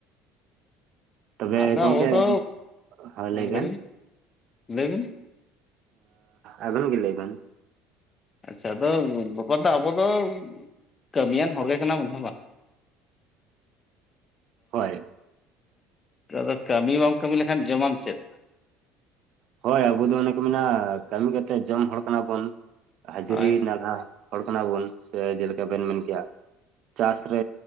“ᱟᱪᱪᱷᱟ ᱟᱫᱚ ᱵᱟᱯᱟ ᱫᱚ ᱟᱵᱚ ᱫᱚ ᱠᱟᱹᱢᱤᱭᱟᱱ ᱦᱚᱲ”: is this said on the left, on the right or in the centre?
Left